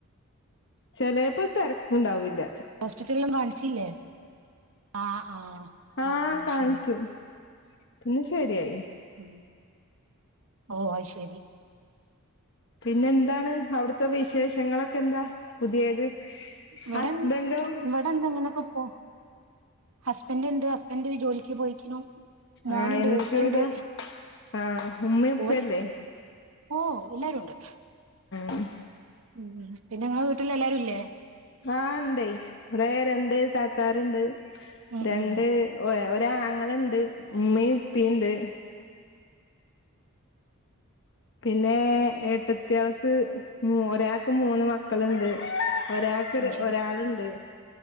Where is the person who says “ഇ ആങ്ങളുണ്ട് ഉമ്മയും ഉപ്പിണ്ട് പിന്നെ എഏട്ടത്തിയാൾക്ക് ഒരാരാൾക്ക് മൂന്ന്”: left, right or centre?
Left